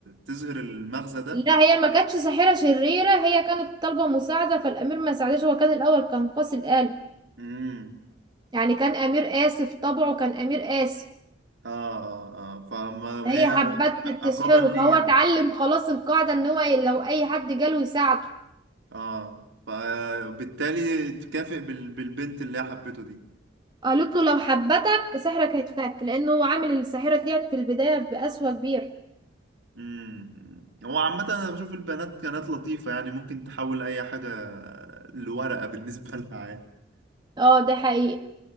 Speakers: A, on the right; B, on the right.
A: تظهر المغزى ده
B: لا هي ما كانتش ساحرة شريرة هي كانت طالبة مساعدة فالأمير ما ساعدهاش هو كان الأول كان قاسي القلب
A: امم
B: يعني كان أمير قاسي في طبعه كان أمير قاسي
A: اه اه اه فما
B: فهي
A: هي ع-
B: حبت
A: عقابا
B: تسحره
A: ليه
B: فهو اتعلم
A: يعني
B: خلاص القاعدة ان هو لو أي حد جاله يساعده
A: اه فبالتالي تكافئ بال- بالبنت اللي هي حبته دي
B: قالت له لو حبتك سحرك هيتفك لأنه هو عامل الساحرة دي في البداية بقسوة كبيرة
A: امم هو عامة أنا بشوف البنات كانت لطيفة يعني ممكن تحول أي حاجة لورقة بالنسبة <laughs> لها عادي
B: اه ده حقيقة